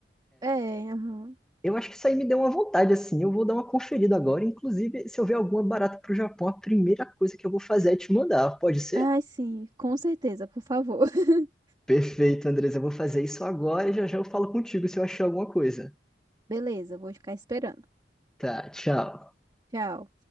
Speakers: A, on the right; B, in the centre.
A: É, aham.
B: Eu acho que isso aí me deu uma vontade, assim. Eu vou dar uma conferida agora. Inclusive, se eu ver alguma barata pro Japão, a primeira coisa que eu vou fazer é te mandar. Pode ser?
A: Ai, sim, com certeza, por favor. <laughs>
B: Perfeito, Andres. Eu vou fazer isso agora e já já eu falo contigo se eu achar alguma coisa.
A: Beleza, vou ficar esperando.
B: Tá, tchau.
A: Tchau.